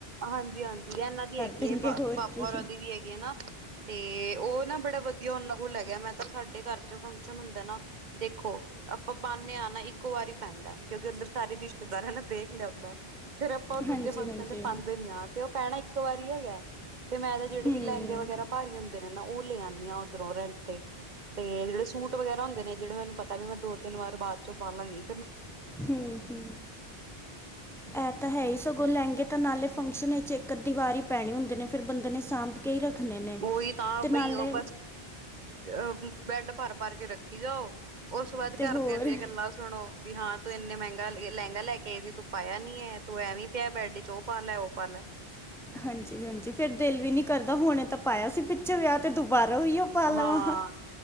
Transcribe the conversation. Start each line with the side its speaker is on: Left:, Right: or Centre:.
Right: ਹਾਂਜੀ। ਹਾਂਜੀ। ਇਹਨਾਂ ਦੀ ਹੈਗੀ
Centre: ਦੇਣਗੇ
Right: ਹੈ, ਪਾਪਾ
Centre: ਹੋਰ ਕੀ
Right: ਹੋਰਾਂ ਦੀ ਵੀ ਹੈਗੀ ਹੈ, ਨਾ। ਤੇ ਉਹ ਨਾ ਬੜਾ ਵਧੀਆ ਉਹਨਾਂ ਕੋਲ ਹੈਗਾ। ਮੈਂ ਤਾਂ, ਸਾਡੇ ਘਰ ਚ ਫੰਕਸ਼ਨ ਹੁੰਦਾ ਨਾ ਦੇਖੋ ਆਪਾਂ ਪਾਦੇ ਆਂ ਨਾ ਇੱਕੋ ਵਾਰੀ ਪੈਂਦਾ ਕਿਉਂਕਿ ਉੱਧਰ ਸਾਰੇ ਰਿਸ਼ਤੇਦਾਰਾਨੇ ਦੇਖ ਲਿਆ ਹੂੰਦੈ। ਫੇਰ, ਆਪਾਂ ਉਹ ਦੂਜੇ
Centre: ਹਾਂਜੀ
Right: ਫੰਕਸ਼ਨ
Centre: ਹਾਂਜੀ
Right: ਤੇ ਯਾਂ ਤੇ ਉਹ ਪੈਣਾ ਇੱਕ ਵਾਰੀ ਹੈਗਾ। ਤੇ ਮੈਂ ਤਾਂ ਜਿਹੜੇ
Centre: ਹੂੰ
Right: ਵੀ ਲਹਿੰਗੇ ਵਗੈਰਾ ਭਾਰੀ ਹੁੰਦੇ ਨੇ ਨਾ ਉਹ ਲੇ ਆਦੀ ਹਾਂ ਉੱਧਰੋਂ ਰੈਂਟ ਤੇ-ਤੇ ਜਿਹੜੇ ਸੂਟ ਵਗੈਰਾ ਹੁੰਦੇ ਨੇ ਜਿਹੜੇ ਮੈਨੂੰ ਪਤਾ ਵੀ ਮੈਂ ਦੋ, ਤਿੰਨ ਵਾਰ ਬਾਅਦ ਚੋਂ ਪਾਾਲਾਂਗੀ।
Centre: ਹੂੰ ਹੂੰ ਇਹ ਤਾਂ ਹੈ ਹੀ ਸਗੋਂ ਲਹਿੰਗੇ ਤਾਂ ਨਾਲੇ ਫੰਕਸ਼ਨ 'ਚ ਇੱਕ ਅਧੀ ਵਾਰ ਪੈਣੇ ਹੁੰਦੇ ਨੇ ਫਿਰ ਬੰਦੇ ਨੇ ਸਾਂਭ ਕੇ ਹੀ ਰੱਖਣੇ ਨੇ
Right: ਉਹੀ ਤਾਂ
Centre: ਅਤੇ ਨਾਲੇ
Right: ਬਈ ਬਸ ਆ ਬੈਡ ਭਰ ਭਰ ਕੇ ਰੱਖੀ ਜਾਓ। ਉਸ ਤੋਂ
Centre: ਅਤੇ
Right: ਬਾਅਦ ਘਰਦਿਆਂ
Centre: ਹੋਰ
Right: ਦੀਆਂ ਗੱਲਾਂ ਸੁਣੋ ਵੀ ਹਾਂ ਤੂੰ ਇੰਨੇ ਮਹਿੰਗਾ ਲਹਿੰਗਾ ਲੈ ਕੇ ਆਏ ਸੀ ਤੂੰ ਪਾਇਆ ਨੀ ਹੈ ਤੂੰ ਐਂ ਵੀ ਪਿਆ ਬੈਡ ਚ ਉਹ ਪਾ ਲੈ ਉਹ ਪਾ ਲੈ।
Centre: ਹਾਂਜੀ ਹਾਂਜੀ ਫੇਰ ਦਿਲ ਵੀ ਨੀ ਕਰਦਾ ਹੁਣੇ ਤਾਂ ਪਾਇਆ ਸੀ ਪਿੱਛੇ ਵਿਆਹ ਤੇ ਦੁਬਾਰਾ ਉਹੀਓ ਪਾ ਲਵਾਂ
Right: ਹਾਂ